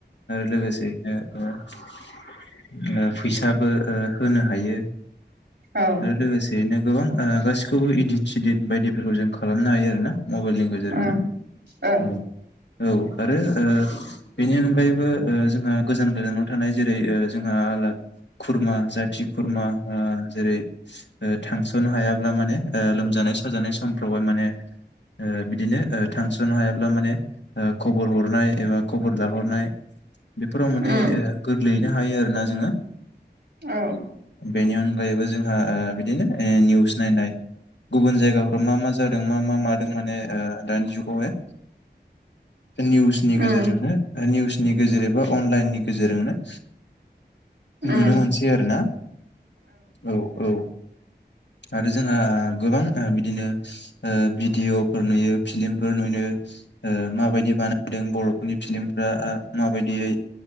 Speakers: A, on the left; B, on the right.
A: लोगोसेैनो ओ ओ फैसाबो ओ होनो हायो।
B: औ
A: आरो लोगोसेयैनो गोबां ओ गासिखौबो इदिट सिदित बायदिफोरखौ जों खालामनो हायो आरोना मबाइलनि गेजेरजोंनो
B: ओं औ
A: औ औ आरो ओ बेनि अनगायैबो ओ जोंहा गोजान गोजानाव थानाय जेरै ओ जोंहा आला खुरमा जाथि खुरमा ओ जेरै ओ थांस'नो हायाब्ला माने ओ लोमजानाय साजानाय समफ्रावबोहाय माने ओ बिदिनो ओ थांस'नो हायाब्ला माने ओ खबर हरनाय एबा खबर लाहरनाय बेफोराव माने
B: उम
A: ओ गोरलैयैनो हायो आरोना जोङो
B: औ।
A: बेनि अनगायैबो जोंहा ओ बिदिनो ओ निउस नायनाय गुबुन जायगाफोराव मा मा जादों मा मा मा दों माने ओ दानि जुगावहाय निउसनि
B: उम
A: गेजेरजोंनो ओ निउसनि गेजेर ए बा अनलाइननि गेजेरजोंनो नुनो
B: उम
A: मोनसै आरो ना औ औ। आरो जोंहा गोबां ओ बिदिनो ओ भिडिअफोर नुयो फिलिमफोर नुयो ओ माबायदि बानायदों बर' नि फिलिमफ्रा ओ माबायदियै